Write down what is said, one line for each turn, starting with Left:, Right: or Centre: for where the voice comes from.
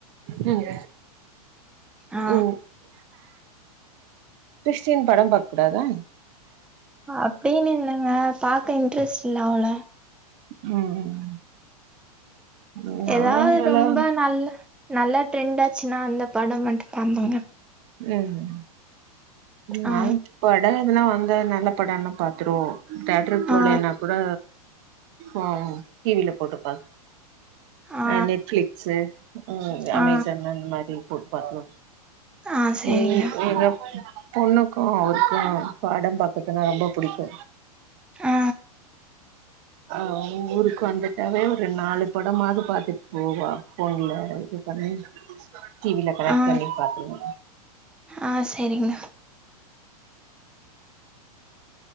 Right: ம்
Centre: ஆ
Right: ம் ஸ்ன் படம் பாக் கூடாதா
Centre: அப்டின்னு இல்லங்க பாக்க இன்ட்ரெஸ்ட் இல்ல அவ்ளோ
Right: ம் நாங்கல்லா
Centre: ஏதாவ்து ரொம்ப நல்ல நல்ல ட்ரெண்டாச்சுன்னா அந்த படம் மட் ஆமாங்க
Right: ம் நாங்
Centre: ஆ
Right: படமெல்லா வந்தா நல்ல படனா பாத்துறுவோ தேட்டருக் போலேன்னா
Centre: ஆ
Right: கூட அ டிவில போட்டு பாத்
Centre: ஆ
Right: அ நெட்பிளிக்ஸு ம் அமேசான்
Centre: ஆ
Right: அந் மாரி போட்டு பாத்துருவோ
Centre: ஆ சரிங்க.
Right: ம் எதா பொண்ணுக்கு அவுருக்கு படம் பாக்கற்துன்னா ரொம்ப புடிக்கு
Centre: அ
Right: அ ஊருக் வந்துட்டாவே ஒரு நாலு படமாது பாத்துட் போவா ஃபோன்ல பண்ணி டிவில கனெக்
Centre: ஆ
Right: பண்ணி பாத்துருவோ
Centre: ஆ சரிங்க.